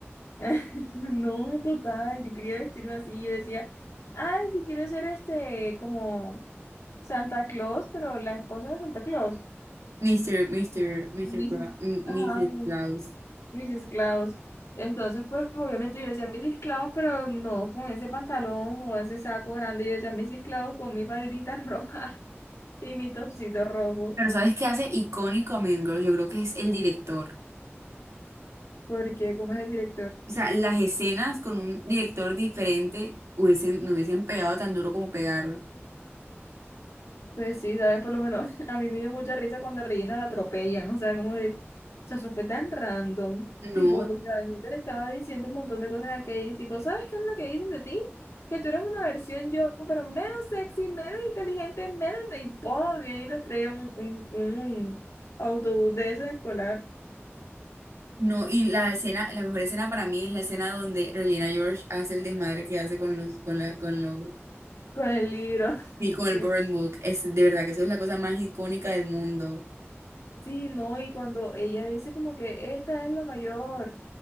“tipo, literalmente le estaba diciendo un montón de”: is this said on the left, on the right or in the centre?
Left